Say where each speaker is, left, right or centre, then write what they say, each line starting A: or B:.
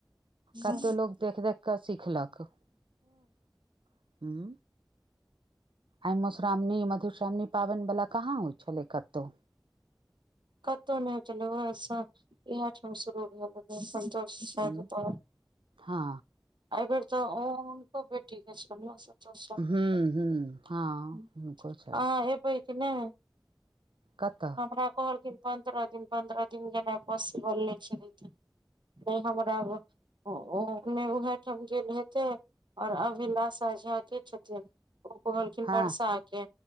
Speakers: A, on the right; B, on the right.
A: देलकै
B: कते लोक देख देख के सिखलक हूँ आइ मधुश्रावणी मधुश्रावणी पाबैन वला कहाँ होइ छलै कतहु
A: कतहु नहि होटल ओस इएह ठाम शुरू भेल संतोष सप
B: हूँ
A: <unintelligible>
B: हँ
A: एहि बेेर त हुनको बेटी के छै
B: हूँ हूँ हँ
A: <unintelligible>
B: हुनको छनि
A: अहा एबै कि नहि
B: कतअ
A: हमरा कहलखिन पन्द्रह दिन पन्द्रह दिन जेना पसिबल नहि छै दीदी नहि हमरा <unintelligible> ओमे उहै ठाम गेल हेते ओर अभिलाषा झा के छथिन ओ कहलखिन
B: हँ
A: वर्षा के